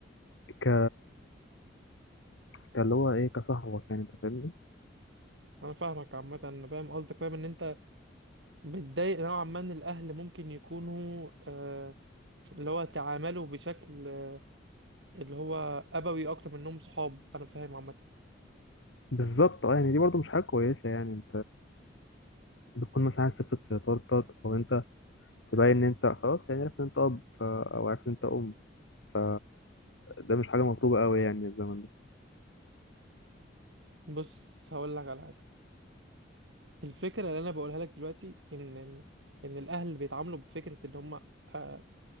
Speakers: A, on the left; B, on the right.
A: ك كاللي هو ايه كصاحبك يعني انت فاهمني
B: انا فاهمك عامه انا فاهم قصدك فاهم ان انت متضايق نوعا ما ان الاهل ممكن يكونوا آه اللي هو تعاملوا بشكل اللي هو ابوي اكتر منهم صحاب انا فاهم عامه
A: بالظبط اه يعني دي برضو مش حاجة كويسة يعني بتكون مثلا عايز تفرض سيطرتك او انت تبين ان انت خلاص يعني عرفت ان انت اب ف... او عرفت ان انت ام ف ده مش حاجه مطلوبه قوي يعني الزمن ده
B: بص هقول لك على حاجه الفكرة اللي أنا بقولها لك دلوقتي إن إن إن الأهل بيتعاملوا بفكرة إن هم آه